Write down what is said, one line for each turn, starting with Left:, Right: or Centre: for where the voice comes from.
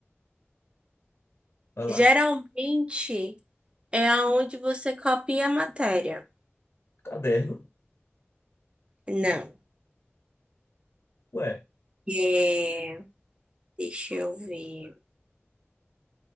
Left: vai lá.
Right: Geralmente é aonde você copia a matéria.
Left: Caderno.
Right: Não.
Left: Ué,
Right: É, deixa eu ver.